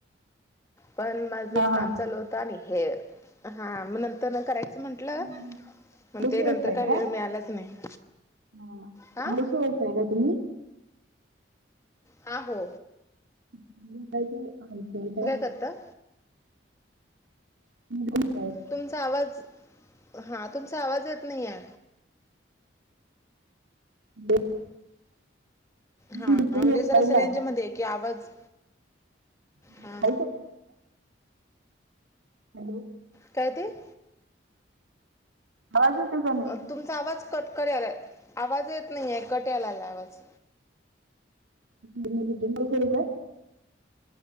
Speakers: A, on the left (about 15°); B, on the right (about 80°).
A: पण माझंच
B: हा
A: काम
B: हा
A: चालू होतं आणि हे हा मग नंतर न करायचं म्हंटलं
B: तुम्ही हाऊस
A: पण ते
B: वाईफ
A: नंतर
B: आहे
A: काही
B: काय?
A: वेळ मिळालाच नाही.
B: हा
A: हां
B: <unintelligible> आहे का तुम्ही
A: आ हो.
B: <unintelligible>
A: स तं
B: <unintelligible>
A: तुमचा आवाज हां तुमचा आवाज येत नाहीये.
B: <inaudible> मी
A: हा
B: रिटर्न
A: म्हणजे जरास
B: पहिला
A: रेंजमध्ये या की आवाज
B: <unintelligible>
A: हां
B: हॅलो
A: काय ते?
B: आवाज येतोय काय नाही?
A: अ, तुमचा आवाज कट करालाय आवाज येत नाही आहे कट यायलाय आवाज.
B: मी <unintelligible> रिटर्न करू काय.